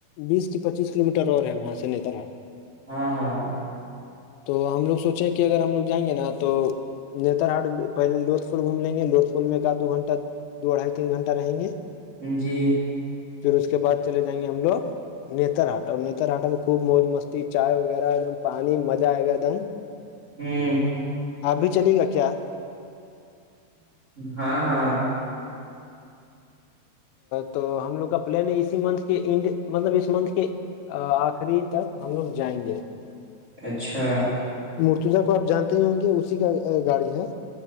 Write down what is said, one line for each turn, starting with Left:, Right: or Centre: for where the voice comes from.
Left: بیس پچیس کلو میٹر اور ہے وہاں سے نیتر ہاٹ
Right: ہاں ہاں
Left: تو ہم لوگ سوچیں کہ اگر ہم لوگ جائیں گے نا تو نیتر ہاٹ پہلے لوت فول گھوم لیں گے لوت فول فول میں کا دو گھنہ دو ڈھائی تین گھنٹہ رہیں گے
Right: جی
Left: پھر اس کے بعد چلے جائیں گے ہم لوگ نتر ہاٹ نتر ہاٹٹ میں خوب موج مستی چائے وغیرہ ایک دم پانی مزہ آئے گا ایک دم
Right: ہمم
Left: آپ بھی چلیے گا کیا
Right: ہاں ہاں
Left: تو ہم لوگ کا پلان ہے اسی منتھ کے انڈ مطلب اس منتھ کے آخری تک ہم لوگ جائیں گے
Right: اچھا
Left: مرتوزا کو آپ جانتے ہی ہونگے اسی کا گاڑی ہے